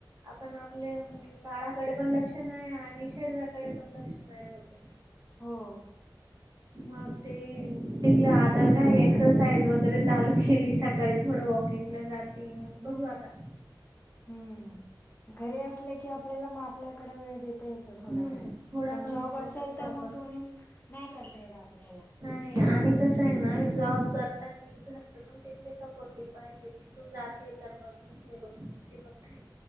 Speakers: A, on the right; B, on the left.
A: आपण आपले <unintelligible> बाळाकडे पण लक्ष नाही आणि शरीराकडे पण लक्ष नाही होत.
B: हो.
A: मग ते दिलं. आता काय, एक्सरसाइज वगैरे चालू केली. सकाळी थोडं वॉकिंगला जाती. मग, बघू आता.
B: हम्म. घरी असले की, आपल्याला मा आपल्याकडे वेळ देता येत तो थोडाफार.
A: हम्म थोडा
B: पण
A: का
B: जॉब
A: होईना
B: असेल
A: करतो
B: तर
A: आपण
B: मग दोन्ही, नाही करता येत आपल्याला.
A: ह. आणि कसय ना, जॉब करतानी घरचे पण तितके सपोर्टिंग पाहिजे की, तू जाते तर मग, मी हे बघते ते बघते.